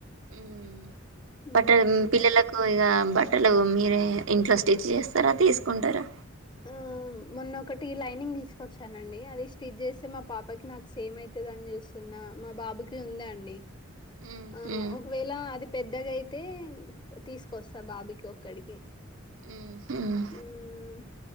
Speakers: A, on the right; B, on the left.
A: హు మ్
B: హ్మ్.
A: బట్టలో పిల్లలకు ఇగ బట్టలు మీరే ఇంట్లో స్టిచ్ చేస్తారా తీస్కుంటారా
B: ఆ అ మొన్నొకటి లైనింగ్ తీస్కొచ్చానండి అది స్టిజేస్తే మా పాపకి నాక్ సేమ్ ఐతధన్ చూస్ న్న మా బాబుకి ఉందాండి
A: మ్,
B: ఆ
A: మ్,
B: ఒకవేళ అది పెద్దగైతే తీస్కొస్తా బాబుకి ఒక్కడికి
A: మ్ హుమ్
B: మ్మ్